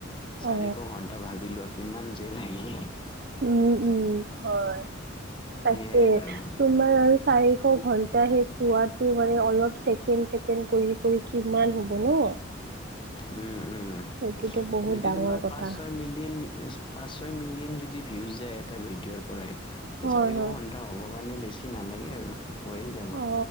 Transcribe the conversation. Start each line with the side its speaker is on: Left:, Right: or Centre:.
Left: চাৰিশ
Right: অ
Left: ঘণ্টা ভাবিলোৱা কিমান যে লাগি
Right: উম উম হয়, তাকে
Left: সেইয়াই আৰু
Right: তোমাৰ আৰু চাৰিশ ঘন্টা হে চোৱাতটো মানে অলপ চেকেণ্ড চেক কেণ্ড কৰি কৰি কিমান হব ন
Left: উম উম।
Right: সেইটোতো বহুত
Left: যদি
Right: ডাঙৰ
Left: তোমাৰ
Right: কথা
Left: পাঁচ ছয় মিলিয়ন পাঁচ ছয় মিলিয়ন যদি ভিউজ যায় এটা ভিডিঅ'ৰ পৰাই।
Right: হয়
Left: চাৰিশ
Right: হয়
Left: ঘন্টা হব কাৰণে বেছি নালাগে আৰু হৈয়ে যাব।
Right: অ